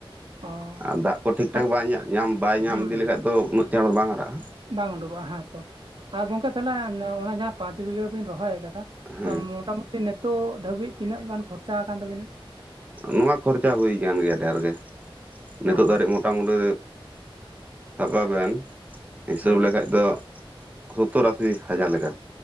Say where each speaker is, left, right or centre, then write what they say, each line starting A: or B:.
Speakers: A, on the right; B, on the right.
A: ᱚ
B: ᱟᱨ ᱫᱟᱜ ᱠᱚ ᱴᱷᱤᱠ
A: ᱛᱟᱦᱚᱞᱮ
B: ᱴᱷᱟᱠ ᱵᱟᱭ ᱧᱟᱢ ᱵᱟᱭ ᱧᱟᱢ
A: ᱦᱩᱸ
B: ᱤᱫᱤ ᱞᱮᱠᱟᱱᱡ ᱫᱚ ᱩᱱᱟᱹᱜ ᱪᱟᱬ ᱫᱚ ᱵᱟᱝ ᱦᱟᱨᱟᱜ-ᱟ ᱾
A: ᱵᱟᱝ ᱩᱰᱩᱠᱚᱜ-ᱟ, ᱦᱮᱸᱛᱚ ᱟᱨ ᱜᱚᱝᱠᱮ ᱛᱟᱦᱚᱞᱮ ᱚᱱᱟ ᱡᱟᱦᱟᱸ ᱯᱟᱸᱪ ᱵᱤᱜᱷᱟᱹ ᱵᱤᱱ ᱨᱚᱦᱚᱭ ᱟᱠᱟᱫᱟ
B: ᱦᱮᱸ
A: ᱟᱨ ᱢᱚᱴᱟᱢᱩᱴᱤ ᱱᱤᱛᱚᱜ ᱫᱷᱟᱹᱵᱤᱡ ᱛᱤᱱᱟᱹᱜ ᱜᱟᱱ ᱠᱷᱚᱨᱪᱟ ᱠᱟᱱ ᱛᱟᱵᱤᱱᱟ?
B: ᱱᱚᱣᱟ ᱠᱷᱚᱨᱪᱟ ᱦᱩᱭ ᱟᱠᱟᱱ ᱜᱮᱭᱟ ᱰᱷᱮᱨ ᱜᱮ ᱱᱤᱛᱚᱜ
A: ᱚ
B: ᱫᱟᱹᱨᱤᱡ ᱢᱚᱴ ᱢᱚᱴᱟᱢᱩᱴᱤ ᱥᱟᱵ ᱠᱟᱜ ᱵᱤᱱ ᱦᱤᱥᱟᱹᱵ
A: ᱦᱮᱸ
B: ᱞᱮᱠᱷᱟᱡ ᱫᱚ ᱥᱳᱛᱛᱳᱨ ᱟᱥᱤ ᱦᱟᱡᱟᱨ ᱞᱮᱠᱟ